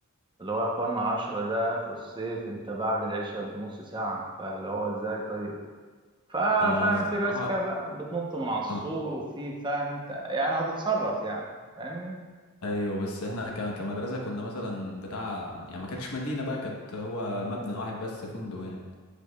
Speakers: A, on the right; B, on the left.
A: اللي هو يا اخوانا عشرة ده في الصيف انت بعد العشاء بنص ساعة فاللي هو ازاي طيب ففاهم
B: آه، الصراحه
A: في ناس كده بقى بتنط من على السور
B: كان-
A: وفي فاهم انت يعني هتتصرف يعني فاهمني
B: ايوه بس احنا ك- كمدرسه كنا مثلا بتاع يعني ما كانتش مدينه بقى كانت هو مبنى واحد بس فندق يعني